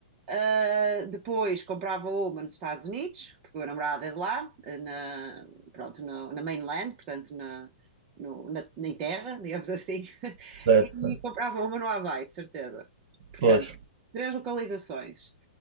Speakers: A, on the right (about 20°); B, on the right (about 40°).
A: Uh, depois comprava uma nos Estados Unidos, porque o meu namorado é de lá, na, pronto, na, na mainland, portanto na, no- na, na terra, digamos assim, <laughs>
B: certo,
A: e
B: certo.
A: comprava uma no Havaí, de certeza. Portanto,
B: Pois.
A: três localizações.